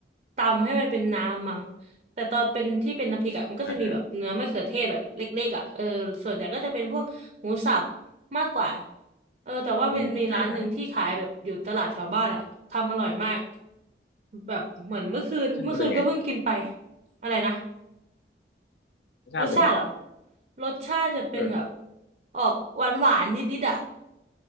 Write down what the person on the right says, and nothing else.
ตำให้มันเป็นน้ำมั้งแต่ตอนเป็นที่เป็นน้ำพริกอะมันก็จะมีแบบเนื้อมะเขือเทศแบบเล็กๆอะเออส่วนใหญ่ก็จะเป็นพวกหมูสับ
มากกว่าเออแต่ว่ามันมีร้านหนึ่งที่ขายแบบอยู่ตลาดแถวบ้านอะทำอร่อยมาก
แบบเหมือนเมื่อคืนเมื่อคืนก็เพิ่งกินไป
อะไรนะ
รสชาติเหรอรสชาติจะเป็นแบบ
ออกหวานๆนิดๆอะ